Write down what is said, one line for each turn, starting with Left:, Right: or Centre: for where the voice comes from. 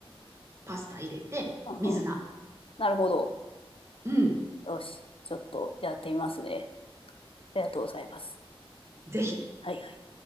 Right: パスタ入れて、
Left: うんうん、
Right: 水菜。
Left: なるほど。
Right: うん。
Left: よし、ちょっとやってみますね。ありがとうございます。
Right: ぜひ。
Left: はいはい。